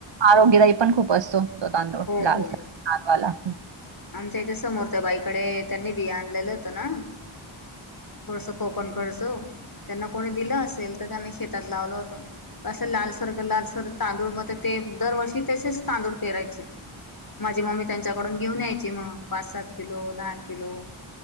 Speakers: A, on the right; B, on the left.
A: आरोग्यदायी पण खूप असतो तो तांदूळ
B: हो
A: लालसा
B: हो.
A: लालवाला
B: आमच्या इथे समोर त्या बाईकडे त्यांनी बि आणलेलं होतं ना थोडस आपण करर्च त्यांना कोणी दिलं असेल तर त्यांना शेतात लावलं होत असं लालसर लालसर तांदूळ म ते दरवर्षी तसेच तांदूळ पेरायचे माझी मम्मी त्यांच्याकडून घेऊन यायची मग पाच सात किलो दहा किलो